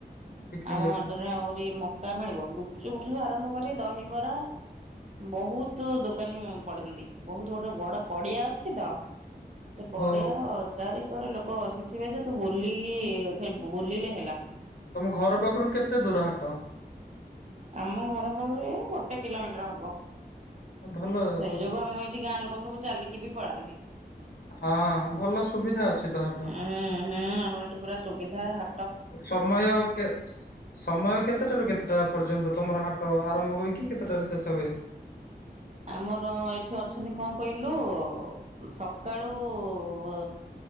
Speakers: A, on the left; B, on the right.
A: ବିକ୍ରି
B: ଆମ
A: ହୁଏ
B: ହାଟରେ ଆହୁରି ମକା ମିଳିବ, ଗୁପଚୁପୁ ଠାରୁ ଆରମ୍ଭ କରି ଦହିବରା ବହୁତୁ ଦୋକାନୀ ପଡନ୍ତି, ବହୁତ ଗୋଟେ ବଡ ପଡିଆ ଅଛି ତ ସେ
A: ଓହୋ
B: ପଡେଆର ଚାରି ଘରେ ଲୋକ ବସିଥିବେ ଯେ ତୁ ବୁଲି ଏ ବୁଲିଲେ ହେଲା।
A: ତମ ଘର ପାଖୁରୁ କେତେ ଦୂର ହାଟ?
B: ଆମ ଘର ପାଖୁରୁ ଏ ଗୋଟେ କିଲମିଟର ହବ
A: ଓ, ଭଲ
B: ସେଇ
A: ତ।
B: ଯୋଗୁ ଆମ ଏଠି ଗାଁ ଲୋକ ସବୁ ଚାଲିକି ବି ପଳାନ୍ତି।
A: ହଁ ଭଲ ସୁବିଧା ଅଛି ତ ହଟ।
B: ହୁଁ ହୁଁ ଆମର ଏଠି ପୁରା ସୁବିଧା ହା
A: ସମୟ କେ ସମୟ କେତେଟାରୁ କେତେଟା ପର୍ଯ୍ୟନ୍ତ ତମର ହାଟ ଆରମ୍ଭ ହୋଇକି, କେତେଟାରେ ଶେଷ ହୁଏ?
B: ଆମର ଏଠି ଅଛନ୍ତି, କଁ କଇଲୁ ସକାଳୁ ଅ